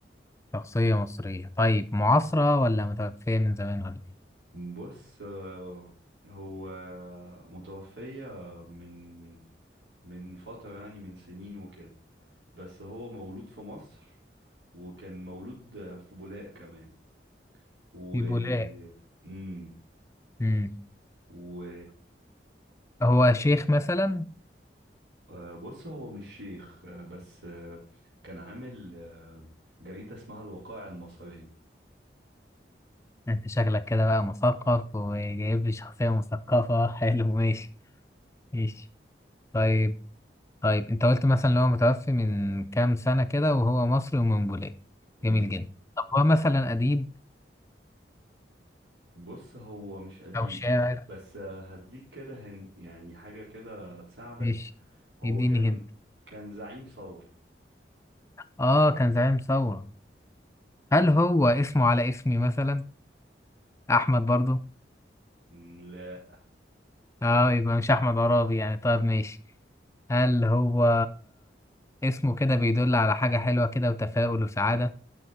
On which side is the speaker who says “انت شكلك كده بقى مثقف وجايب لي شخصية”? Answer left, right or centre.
Left